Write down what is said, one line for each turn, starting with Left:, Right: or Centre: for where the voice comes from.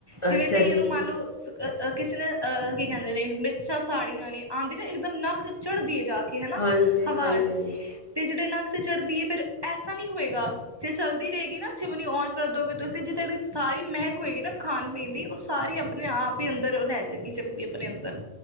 Right: ਜਿਵੇਂ
Left: ਅੱਛਾ
Right: ਕਈਆਂ
Left: ਜੀ
Right: ਨੂੰ ਮੰਨ
Left: ਜੀ
Right: ਲੋ ਅ ਕਿਸੇ ਨੇ ਅ ਕੀ ਕਹਿੰਦੇ ਨੇ, ਮਿਰਚਾਂ ਸਾੜੀਆਂ ਨੇ ਆਂਦੀ ਨਾ ਇੱਕਦਮ ਨੱਕ ਚੜ੍ਹਦੀ ਏ ਜਾ ਕੇ। ਕੇ ਹੈ ਨਾ
Left: ਹਾਂਜੀ
Right: ਹਵਾੜ
Left: ਹਾਂਜੀ
Right: ਤੇ ਜਿਹੜੇ ਨਾਂ ਤੇ ਚੜ੍ਹਦੀ ਏ ਫਿਰ ਐਸਾ ਨਹੀਂ ਹੋਏਗਾ, ਜੇ ਚਲਦੀ ਰਹੇਗੀ ਨਾ ਚਿਮਨੀ ਔਨ ਕਰਦੋਗੇ, ਤੁਸੀਂ ਜੇ ਤੁਹਾਡੀ ਸਾਰੀ ਮਹਿਕ ਹੋਏਗੀ ਨਾ ਖਾਣ, ਪੀਣ ਦੀ ਉਹ ਸਾਰੀ ਅਪ ਅਪਣੇ ਆਪ ਹੀ ਅੰਦਰ ਉਹ ਲੈ ਜਾਏਗੀ, ਚਿਮਨੀ ਆਪਣੇ ਅੰਦਰ।